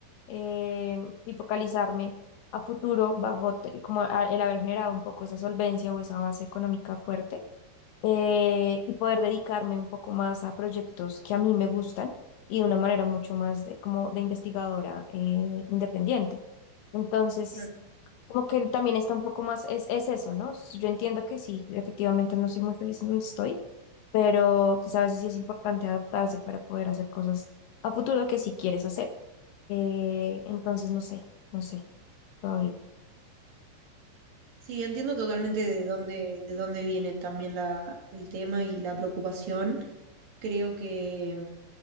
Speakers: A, on the left (about 75°); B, on the right (about 60°).
A: eh, y focalizarme a futuro bajo te- como a- el haber generado un poco esa solvencia o esa base económica fuerte eh, y poder dedicarme un poco más a proyectos que a mí me gustan y de una manera mucho más de, como de investigadora eh, independiente. Entonces,
B: claro.
A: como que también está un poco más, es, es eso, ¿no? Yo entiendo que sí, efectivamente no soy muy feliz en donde estoy, pero pues a veces sí es importante adaptarse para poder hacer cosas a futuro que sí quieres hacer. Eh, entonces, no sé, no sé, todavía.
B: Sí, entiendo totalmente de dónde, de dónde viene también la, el tema y la preocupación. Creo que